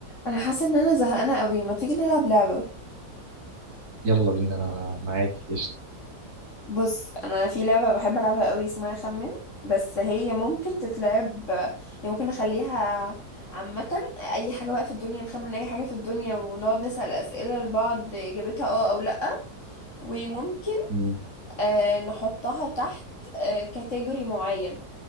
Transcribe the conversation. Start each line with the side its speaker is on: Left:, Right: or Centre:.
Left: انا حاسه ان انا زهقانه قوي ما تيجي نلعب لعبه
Right: يلا بينا انا معاك قشطة
Left: بص انا في لعبه بحب العبها قوي اسمها خمن بس هي ممكن تتلعب يعني ممكن نخليها عامه اي حاجه بقى في الدنيا نخمن اي حاجه في الدنيا ونقعد نسال اسئله لبعض اجابتها اه او لا وممكن
Right: مم.
Left: آه نحطها تحت آه كاتيجوري معين